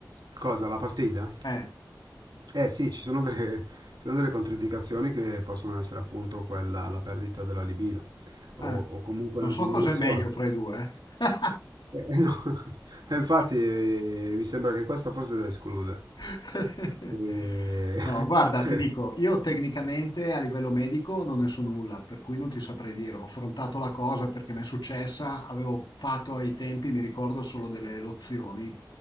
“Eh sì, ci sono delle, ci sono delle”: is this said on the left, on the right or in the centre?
Right